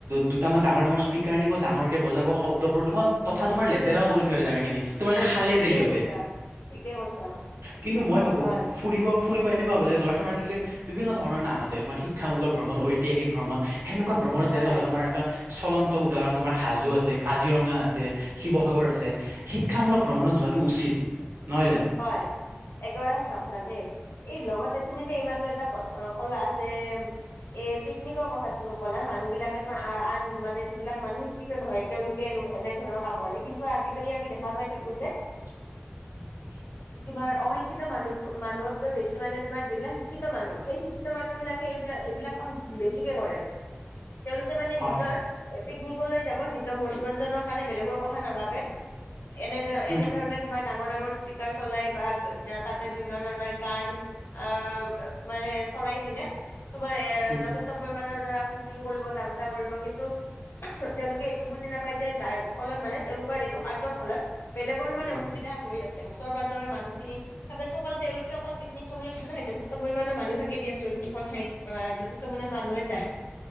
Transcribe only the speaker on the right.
দুটামান ডাঙৰ ডাঙৰ স্পীকাৰ নিব ডাঙৰকৈ বজাব শব্দ প্ৰদূষণ তথা তোমাৰ লেতেৰাও কৰি থয় আহে জেগাখিনি। তোমাৰ যে খালে
যে সিহঁতে
কিন্তু মই ভাবোঁ
ফুৰিব ফুৰিব এনেকুৱা হ'ব লাগে ধৰা তোমাৰ আজিকালি বিভিন্ন ধৰণৰ নাম আছে তোমাৰ শিক্ষামূলক ভ্ৰমণ, ঐতিহাসিক ভ্ৰমণ। সেনেকুৱা ভ্ৰমণ ত যেনেকুৱা
তোমাৰ এটা চলন্ত উদাহৰণ তোমাৰ হাজো আছে, কাজিৰঙা আছে, শিৱসাগৰ আছে শিক্ষামূলক ভ্ৰমণত যোৱাত টো উচিত। নহয় জানো?
<inaudible>
হয়
উম,
উম,
উম,